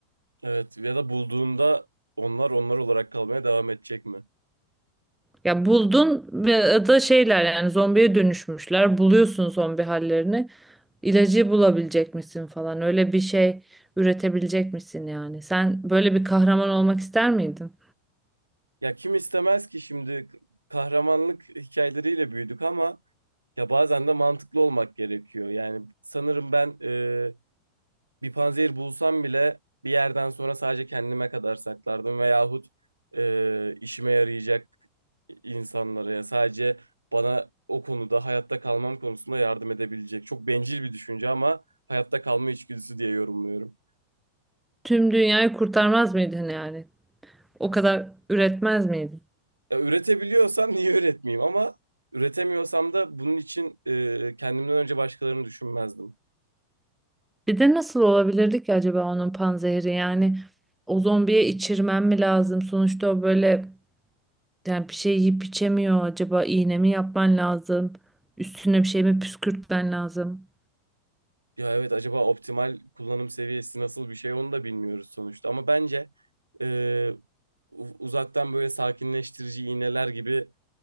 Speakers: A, on the right (about 80°); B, in the centre.
A: Evet ya da bulduğunda onlar onlar olarak kalmaya devam edecek mi?
B: Ya buldun ve da şeyler yani zombiye dönüşmüşler. Buluyorsun zombi hallerini. İlacı bulabilecek misin falan. Öyle bir şey üretebilecek misin yani? Sen böyle bir kahraman olmak ister miydin?
A: Ya kim istemez ki şimdi kahramanlık hikayeleriyle büyüdük ama ya bazen de mantıklı olmak gerekiyor. Yani sanırım ben e, bir panzehir bulsam bile bir yerden sonra sadece kendime kadar saklardım veyahut e, işime yarayacak insanlara ya sadece bana o konuda hayatta kalmam konusunda yardım edebilecek. Çok bencil bir düşünce ama hayatta kalma içgüdüsü diye yorumluyorum.
B: Tüm dünyayı kurtarmaz mıydın yani? O kadar üretmez miydin?
A: Ya, üretebiliyorsam niye üretmeyeyim ama üretemiyorsam da bunun için e, kendimden önce başkalarını düşünmezdim.
B: Bir de nasıl olabilirdi ki acaba onun panzehri? Yani o zombiye içirmen mi lazım? Sonuçta o böyle yani bir şey yiyip içemiyor. Acaba iğne mi yapman lazım? Üstüne bir şey mi püskürtmen lazım?
A: Ya evet acaba optimal kullanım seviyesi nasıl bir şey onu da bilmiyoruz sonuçta. Ama bence e, u- uzaktan böyle sakinleştirici iğneler gibi